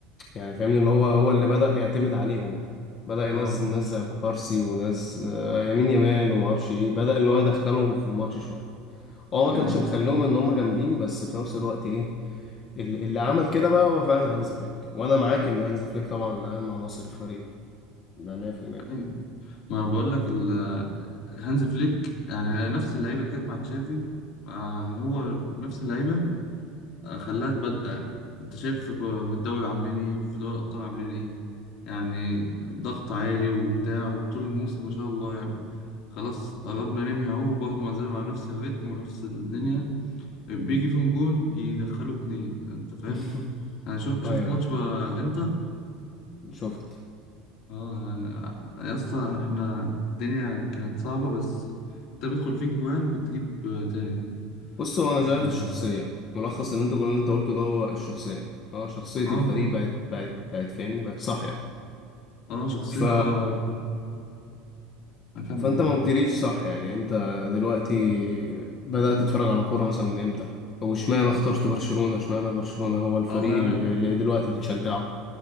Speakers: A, on the left; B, on the left.
A: يعني فاهمني اللي هو هو اللي بدأ يعتمد عليهم بدأ ينزل
B: آه
A: ناس زي كوبارسي وناس آه، يمين يمال وما اعرفش ايه بدأ ان هو يدخلهم في الماتش شوية هو ما
B: أمم.
A: كانش مخليهم ان هم جامدين بس في نفس الوقت ايه ال- اللي عمل كده بقى هو فعلا هانز فليك وانا معاك ان هانز فليك طبعا اهم عناصر الفريق ده 100%
B: أيوة. ما أنا بقول لك ال- هانز فليك يعني نفس اللعيبة اللي كانت مع تشافي آه، هو نفس اللعيبة آه، خلاها تبدع يعني انت شايف في في الدوري عاملين ايه في دوري الابطال عاملين ايه يعني ضغط عالي وبتاع وطول الموسم ما شاء الله يعني خلاص قربنا ننهي اهو وبرضه ما زالوا على نفس الريتم ونفس الدنيا بيجي فيهم جون يدخلوا اتنين انت فاهم
A: <laughs>
B: انا شف- شفت
A: ايوه
B: ماتش
A: أيوة،
B: بقى انتر
A: شفت
B: اه يا اسطى احنا الدنيا كانت صعبة بس انت بيدخل فيك جوان بتجيب آه، تاني
A: بص هو انا شايف
B: اه
A: الشخصيه ملخص اللي انت كل اللي انت قلته ده هو الشخصيه اه شخصيه الفريق
B: اه
A: بقت بقت بقت فاهمني بقت صاحيه
B: آه، شخصية
A: ف
B: بقى اكمل
A: فانت
B: كمل
A: ما قلتليش صح يعني انت دلوقتي بدات تتفرج على كوره مثلا من امتى او اشمعنى اخترت برشلونه اشمعنى برشلونه هو الفريق
B: والله
A: اللي,
B: من
A: اللي دلوقتي بتشجعه